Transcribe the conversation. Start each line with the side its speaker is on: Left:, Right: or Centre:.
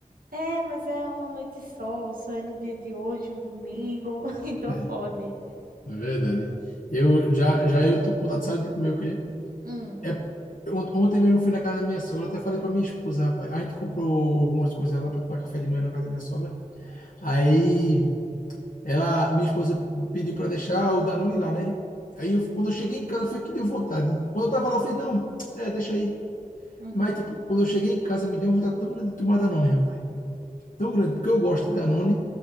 Right: É, mas é uma noite só, só é no dia de hoje, um domingo, <laughs> então
Left: É,
Right: pode.
Left: é verdade. Eu já, já eu tô com vontade, sabe, de comer o quê?
Right: Hum.
Left: É, ont- ontem mesmo eu fui na casa da minha sogra, até falei pra minha esposa, rapaz. A gente comprou algumas coisas lá para tomar café de manhã na casa da minha sogra. Aí ela, minha esposa pediu para deixar o Danone lá, né? Aí eu, quando eu cheguei em casa foi que deu vontade. Quando eu tava lá, eu fiz, não, <tsk> é, deixa aí.
Right: Uhum.
Left: Mas, tipo, quando eu cheguei em casa, me deu uma vontade tão grande de tomar Danone, rapaz. tão grande, porque eu gosto de Danone.